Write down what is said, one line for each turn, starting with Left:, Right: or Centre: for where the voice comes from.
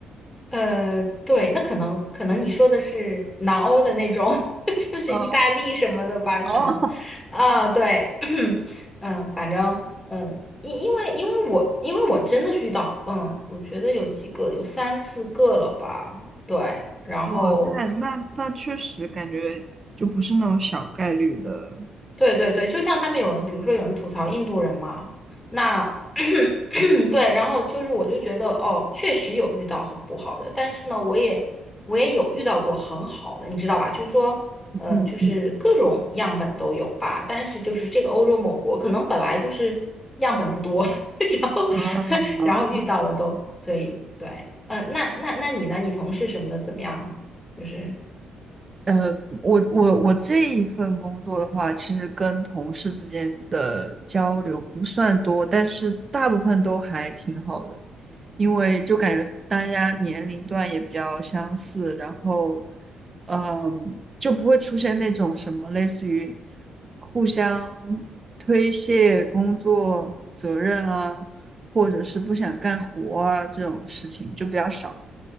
Left: 呃，对，那可能可能你说的是南欧的那种，<laughs> 就是意大利什么的吧？
Right: 嗯
Left: 可能啊，
Right: 哦，
Left: 对，<clears throat> 嗯，反正嗯，因因为因为我因为我真的是遇到，嗯，我觉得有几个有三四个了吧，对，然后
Right: 哇，那那那确实感觉就不是那种小概率的。
Left: 对对对，就像他们有人，比如说有人吐槽印度人嘛，那 <clears throat> 对，然后就是我就觉得哦，确实有遇到很不好的，但是呢，我也我也有遇到过很好的，你知道吧？就是说，
Right: 嗯嗯，
Left: 呃，就是各种样本都有吧，但是就是这个欧洲某国可能本来就是样本不多，<laughs> 然后
Right: 啊
Left: <laughs> 然后遇到的都，所以对，嗯、呃那那那你呢？你同事什么的怎么样？就是
Right: 呃，我我我这一份工作的话，其实跟同事之间的交流不算多，但是大部分都还挺好的，因为就感觉大家年龄段也比较相似，然后，嗯，就不会出现那种什么类似于互相推卸工作责任啊，或者是不想干活啊这种事情就比较少。